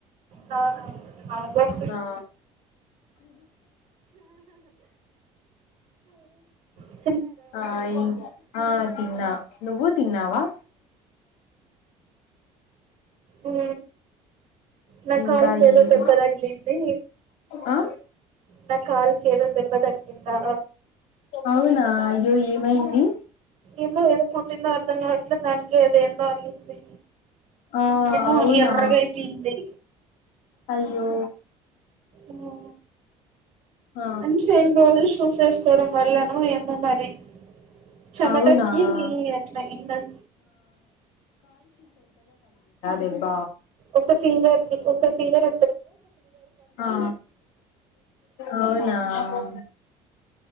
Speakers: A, on the right; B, on the left.
A: ఆ <inaudible>
B: ఆ
A: హా
B: ఆ అయి ఆ తిన్నా నువ్వు తిన్నావా
A: ఊ నా
B: ఇంకా
A: కల్ చేద
B: ఏం
A: దెబ్పదగిలింది
B: ఆ
A: నా కాల్కి ఏదో దెబ్బ దగలిందా
B: అవునా అయ్యో ఏమైంది
A: ఏమో ఏదో కూటీందో అర్థం కావ్ అట్ల దానికి‌ అది ఏమో అయింది
B: ఆ
A: ఏమో
B: అవునా
A: ఎర్రగా అయిపోయింది
B: అయ్యో
A: ఊ
B: ఆ
A: అంట రెండు రోజులు షూసేసు కోవడం వల్లనో ఏమో మరి చెమటకి
B: అవునా ఆ
A: అట్లా ఎండ
B: దెబ్బ
A: ఒక సింగర్ ఒక సింగర్
B: ఆ అవునా ఆ